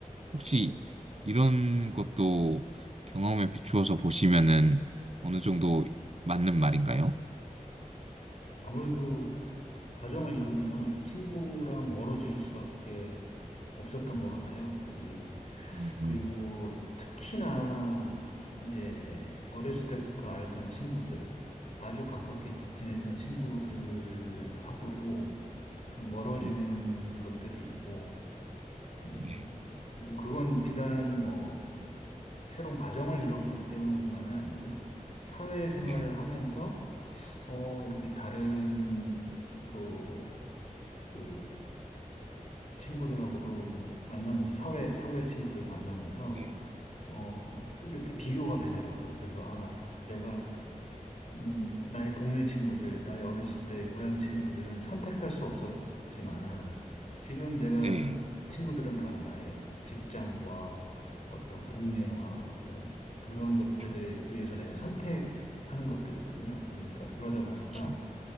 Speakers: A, on the right; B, on the left.
A: 혹시 이런 것도 경험에 비추어서 보시면은 어느 정도 맞는 말인가요?
B: 아무래도 가정을 이루면 친구랑 멀어질 수밖에 없었던 것 같아요. 이,
A: 음,
B: 그리고 특히나 이제 어렸을 때부터 알던 친구들, 아주 가깝게 지냈던 친구들하고도 좀 멀어지는
A: 네,
B: 것들이 있고, 음,
A: 네,
B: 그리고 그건 비단 뭐 새로운 가정을 이뤘기 때문만은 아니고요. 사회생활을
A: 네,
B: 하면서 어, 이렇게 다른 또 그 친구들하고도 뭐 만나면서 사회 사회 친구들 만나면서
A: 네,
B: 어, 이렇게 비교가 되더라고요. 그래서, 아, 내가, 음, 나의 동네 친구들, 나의 어렸을 때 고향 친구들은 선택할 수 없었지만, 지금 내가
A: 네,
B: 선- 친구들은 다 나의 직장과 어떤 동네와 어떤 그런 것들에
A: 그렇죠.
B: 의해서 내가 선택하는 것들이거든요. 그러니까, 그러다 보니까,
A: 그렇죠.